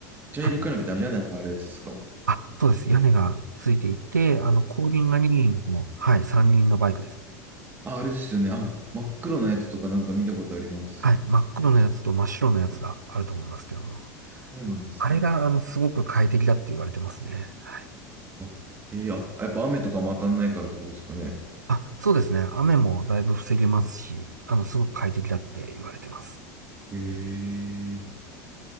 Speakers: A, on the right; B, on the right.
A: ジャイロカーナビってあの屋根があれですか
B: はい。あ、そうです。屋根がついていて、あの、後輪が2輪の、はい、3輪のバイクです。
A: あ、あれですよね。あ、真っ黒なやつとかなんか見たことあります。
B: はい。真っ黒のやつと真っ白のやつがあると思いますけども。
A: そうなんですね。
B: あれが、あの、すごく快適だって言われてますね。はい。
A: あ、えー、あ、やっぱ雨とかも当たんないからってことですかね。
B: あ、そうですね。雨もだいぶ防げますし、あの、すごく快適だって言われてます。
A: えー、